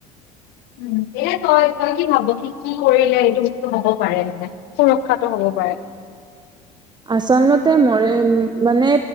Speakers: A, on the left; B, on the right.
A: <unintelligible> উম, এ তই, তই কি ভাব কি কি কৰিলে এইটো বস্তু হ'ব পাৰে মানে সুৰক্ষাটো হ'ব পাৰে। হোৱাই
B: আচলমতে মই মানে